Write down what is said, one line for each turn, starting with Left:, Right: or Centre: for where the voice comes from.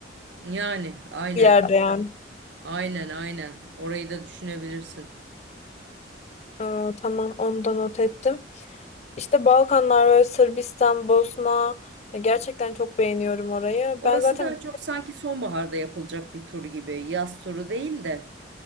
Right: Yani aynen.
Left: Bir yerde yani.
Right: Aynen aynen. Orayı da düşünebilirsin.
Left: Aa, tamam onu da not ettim. İşte Balkanlar ve Sırbistan, Bosna ya gerçekten çok beğeniyorum orayı.
Right: Orası
Left: Ben zaten
Right: daha çok sanki sonbaharda yapılacak bir tur gibi. Yaz turu değil de.